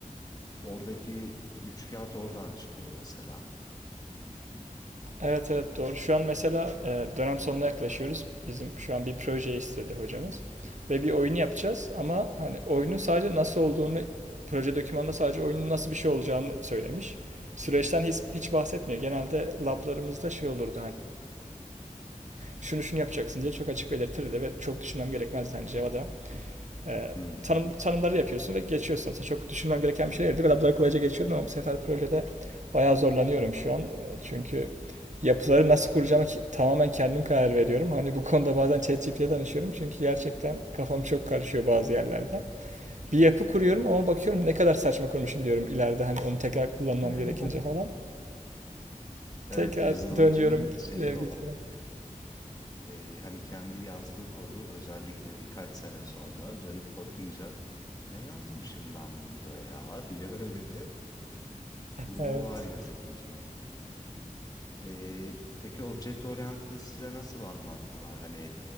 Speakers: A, on the left (about 30°); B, on the right (about 60°).
A: Oradaki üç kağıt oradan çıkıyor mesela.
B: Evet evet doğru. Şu an mesela e, dönem sonuna yaklaşıyoruz. Bizim şu an bir proje istedi hocamız. Ve bir oyunu yapacağız ama hani oyunu sadece nasıl olduğunu proje dokümanında sadece oyunun nasıl bir şey olacağını söylemiş. Süreçten hiç, hiç bahsetmiyor. Genelde lablarımızda şey olurdu hani şunu şunu yapacaksın diye çok açık belirtirdi ve çok düşünmem gerekmezdi hani Java'da e,
A: Hmm.
B: tanım, tanımları yapıyorsun ve geçiyorsun. Aslında çok düşünmem gereken bir şey değildi. ve labları kolayca geçiyordum ama bu sefer projede bayağı zorlanıyorum şu an. E, Çünkü yapıları nasıl kuracağımı tamamen kendim karar veriyorum. Hani bu konuda bazen ChatGPT'ye danışıyorum çünkü gerçekten kafam çok karışıyor bazı yerlerde. Bir yapı kuruyorum ama bakıyorum ne kadar saçma kurmuşum diyorum ileride hani onu tekrar kullanmam
A: <laughs>
B: gerekince falan.
A: Evet
B: Tekrar
A: yazılımcının
B: dönüyorum,
A: şeyi
B: ileri
A: o.
B: gidiyorum.
A: E, e, hani kendi yazdığı kodu özellikle birkaç sene sonra dönüp bakınca ne yazmışım ben burada ya diye böyle bir durumu
B: Evet.
A: var yazılımcının. Ee, peki Object Oriented'ı size nasıl anlattılar? Hani